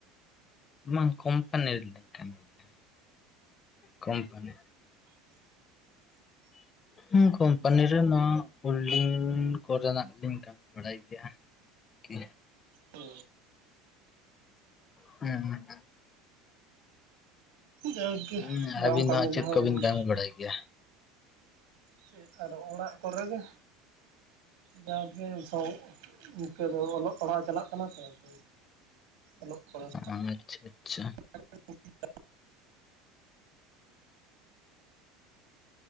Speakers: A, on the left; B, on the right.
A: ᱵᱟᱝ ᱠᱳᱢᱯᱟᱱᱤ ᱨᱮᱞᱤᱧ ᱠᱟᱹᱢᱤ ᱜᱮᱭᱟ ᱠᱳᱢᱯᱟᱱᱤ᱾
B: <inaudible>
A: ᱦᱩᱸ ᱠᱳᱢᱯᱟᱱᱤ ᱨᱮ ᱱᱚᱣᱟ ᱦᱩᱞᱰᱤᱝ ᱠᱚᱨᱮᱱᱟᱜ ᱞᱤᱧ ᱠᱟᱹᱢᱤ ᱵᱟᱲᱟᱭ ᱜᱮᱭᱟ ᱦᱟᱸᱜ ᱠᱤ᱾
B: ᱳ
A: ᱦᱩᱸ ᱦᱩᱸ
B: ᱡᱟᱜᱮ
A: ᱩᱸ
B: ᱵᱟᱢ
A: ᱟᱹᱵᱤᱱ
B: ᱠᱟᱹᱢᱤ
A: ᱫᱚ ᱦᱟᱸᱜ ᱪᱮᱫ
B: ᱨᱮᱦᱚᱸ
A: ᱠᱚᱵᱤᱱ ᱠᱟᱹᱢᱤ ᱵᱟᱲᱟᱭ ᱜᱮᱭᱟ᱾
B: ᱪᱮᱫ ᱟᱨᱚ ᱚᱲᱟᱜ ᱠᱚᱨᱮ ᱜᱮ᱾ ᱡᱟᱜᱮ ᱥᱚᱸᱜ ᱤᱱᱠᱟᱹ ᱫᱚ ᱚᱞᱚᱜ ᱯᱟᱲᱦᱟᱣ ᱪᱟᱞᱟᱜ ᱠᱟᱱᱟ ᱛᱚ ᱟᱫᱚ ᱚᱞᱚᱜ ᱯᱟᱲᱟᱣ᱾
A: ᱟᱪᱪᱷᱟ ᱟᱪᱪᱷᱟ᱾
B: <inaudible>